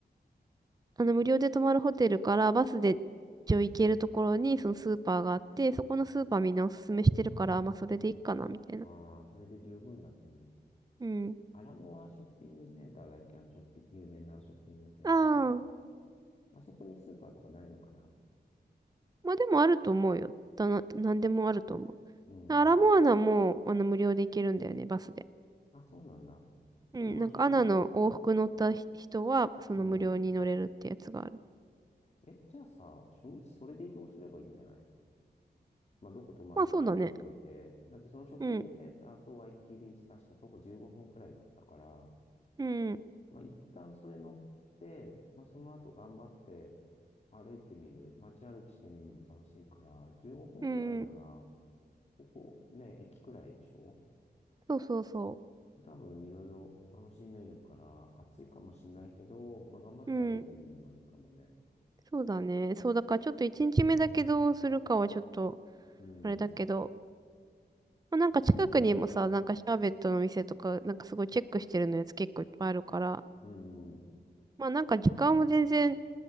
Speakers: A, on the right; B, on the left.
A: あの、無料で泊まるホテルからバスで一応行けるところにそのスーパーがあって、そこのスーパーみんなおすすめしてるから、まあそれでいいかな、みたいな。
B: あー、それで十分だと思う。
A: うん。
B: アラモアショッピングセンターだっけあの、ショッピ、有名なショッピングセンターの。
A: ああ、
B: まあそこにスーパーとかないのかな
A: まあでもあると思うよ。だな、なんでもあると思
B: うん。
A: う。アラモアナも、あの、無料で行けるんだよね、バスで。
B: あ、そうなんだ。
A: うん、
B: で、まあ、
A: なんかアナの往復乗ったひ人は、
B: 初日、
A: その無料に乗れるってやつがある。
B: うん。え、じゃあさ、初日それで移動すればいいんじゃないまあ、どこ泊まるかは置いといて。
A: まあそうだね。
B: だってそのショッピングセンターとワイキキビーチ確か徒歩15分くらいだったから、
A: うん、うん、
B: まあ、一旦それ乗って、まあ、その後頑張って歩いてみる。街歩きしてみるのも楽しいから、15分くらいなら、
A: うん、
B: ここね、駅くらいでしょ
A: そうそうそ
B: 多分いろいろ楽しめるから、暑いかもしれないけど、まあ、頑張って歩いてみるのはいいかもね。
A: う。うん、そうだね。そうだからちょっと1日目だけどうするかはちょっと、
B: うん。
A: あれだけど、まあ、なんか近くにもさ、なんかシャーベットの店とか、なんかすごいチェックしてるのやつ結構いっぱいあるから、
B: うん、
A: まあなんか時間も全然